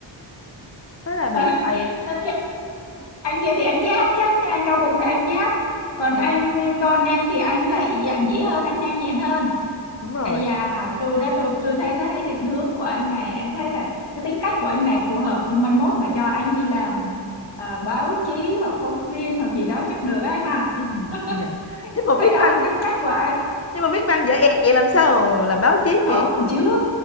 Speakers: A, on the left (about 30°); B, on the left (about 60°).
A: thế là bị
B: à <laughs>
A: thầy
B: anh kia, anh kia thì anh nhát chắc các anh đau bụng là anh nhát còn
A: đúng
B: anh con em thì anh lại dạn dĩ hơn anh nhanh nhẹn hơn
A: đúng rồi
B: ấy da tôi đã tôi tôi thấy đã thấy định hướng của anh này anh thấy là cái tính cách của anh này phù hợp mai mốt mà cho anh đi làm ờ, báo chí hoặc phóng viên hoặc gì đó chắc được ấy ha
A: <laughs> Ừ,
B: <laughs>
A: dạ. nhưng mà
B: thấy
A: viết
B: rõ
A: văn
B: cái tính cách của anh
A: nhưng mà viết văn dở ẹt vậy làm sao làm báo chí
B: không
A: chị
B: chưa